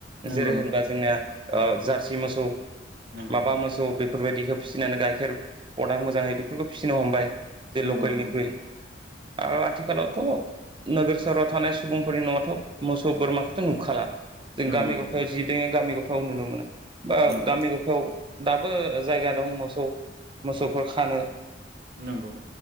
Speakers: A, on the right; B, on the right.
A: नंगौ
B: जेरै होनबा जोंनिया ओ जारसि मोसौ
A: नंगौ
B: माबा मोसौ बेफोर बेफोर बायदिखो फिनानो गाइखेर मोजांङै बेफोरखौ फिसिनो हमबाय जे
A: नंगौ
B: लकेलनिख्रुइ
A: नोंथां नंगौ नोंथां
B: आरो आथिखालावथ' नोगोर सोहोराव थानाय सुबुंफोरनि न'थ' मोसौ बोरमाखौथ' नुखाला जों
A: नंगौ औ नंगौ नोंथां नंगौ
B: गामि
A: नंगौ
B: गफायाव
A: नोंथां
B: जि दंङ गामि गफा औ नुनो मोनो बा
A: नंगौ
B: गामि गफायाव दाबो जायगा दं मोसौ मोसौफोर खानो
A: नंगौ